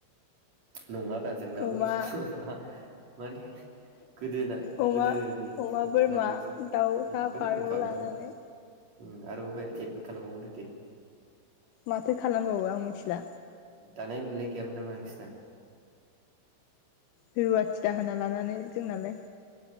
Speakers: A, on the right; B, on the left.
A: नङा ब्रा जोंनाबो
B: अमा
A: बिदि नङा माने गोदोना
B: अमा
A: गोदोनिखौ
B: अमा बोरमा
A: माबायदि
B: दाउसा
A: ओम इखौथ'
B: फारौ
A: बुंखाबायना
B: लानानै
A: ओम आरो ओमफाय एद खालामबावदो दे
B: माथो खालामबावो आं मिथिला
A: दानाय लुनाय गैयामोन नामा नोंसिना?
B: रुवाथि दाहोना लानानै जोंनालाय